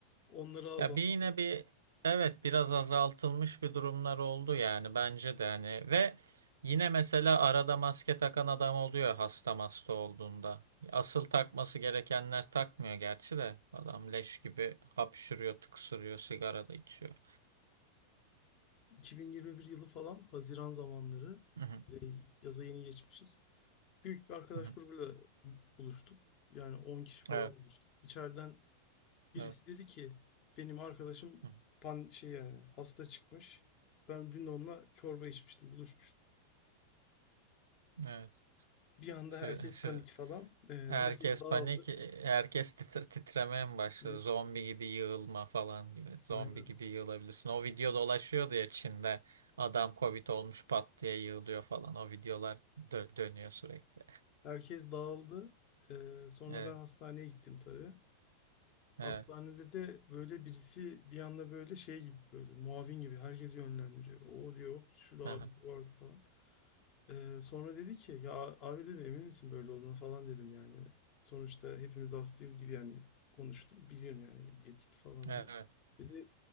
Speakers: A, on the left; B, on the right.
A: Onları azalttı.
B: Ya bir yine bir evet biraz azaltılmış bir durumlar oldu yani bence de hani ve yine mesela arada maske takan adam oluyor hasta hasta olduğunda. Asıl takması gerekenler takmıyor gerçi de adam leş gibi hapşırıyor, tıksırıyor, sigara da içiyor.
A: 2021 yılı falan Haziran zamanları
B: Hı hı,
A: böyle yaza yeni geçmişiz. Büyük bir arkadaş
B: hı hı.
A: grubuyla buluştuk. Yani 10 kişi falan
B: Evet,
A: buluştuk. İçeriden birisi
B: evet,
A: dedi ki benim arkadaşım
B: hı hı.
A: pan şey yani hasta çıkmış. Ben dün onunla çorba içmiştim, buluşmuştum.
B: evet.
A: Bir anda
B: Siz,
A: herkes
B: siz,
A: panik falan. Ee,
B: Herkes
A: herkes dağıldı.
B: panik, e, herkes titre- titremeye mi başladı?
A: Evet,
B: Zombi gibi yığılma falan gibi. Zombi
A: aynen.
B: gibi yığılabilirsin. O video dolaşıyordu ya Çin'de. Adam Covid olmuş pat diye yığılıyor falan. O videolar dö- dönüyor sürekli.
A: Herkes dağıldı. Ee, sonra
B: Evet,
A: ben hastaneye gittim tabii.
B: evet,
A: Hastanede de böyle birisi bir anda böyle şey gibi böyle muavin gibi herkes yönlendiriyor. O diyor "Hop, şu da
B: aha,
A: abi vardı falan. Ee, sonra dedi ki ya abi dedim emin misin böyle olduğuna falan dedim yani. Sonuçta hepimiz hastayız gibi yani konuştum. Bilirim yani yetkili falan
B: evet.
A: değil. Dedi